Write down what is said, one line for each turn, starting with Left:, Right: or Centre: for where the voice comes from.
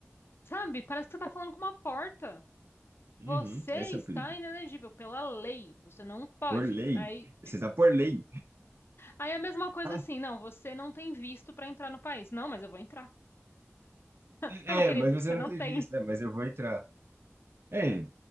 Left: sabe? Parece que você tá falando com uma porta.
Right: Uhum,
Left: Você
Right: esse
Left: está
Right: é o perigo.
Left: inelegível pela lei, você não pode.
Right: Por lei.
Left: Aí
Right: Você está por lei.
Left: Aí é a mesma coisa
Right: Ah,
Left: assim, não, você não tem visto pra entrar no país. Não, mas eu vou entrar. <laughs>
Right: é,
Left: Não, meu querido,
Right: mas você
Left: você
Right: não
Left: não
Right: tem
Left: tem
Right: visto, né? Mas eu vou entrar. É,